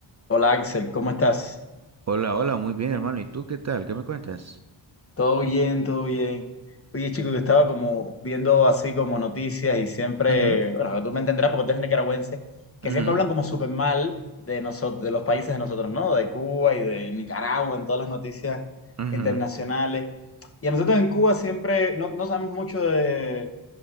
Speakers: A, on the left; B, on the right.
A: Hola Axel, ¿cómo estás?
B: Hola, hola, muy bien, hermano. ¿Y tú qué tal? ¿Qué me cuentas?
A: Todo bien, todo bien. Oye, chico, que estaba como viendo así como noticias y siempre,
B: Ujú,
A: bueno, tú me entenderás porque tú eres nicaragüense, que
B: ujú,
A: siempre hablan como súper mal de nosotros, de los países de nosotros, ¿no? De Cuba y de Nicaragua en todas las noticias
B: ujú,
A: internacionales. Y a nosotros en Cuba siempre no, no sabemos mucho de,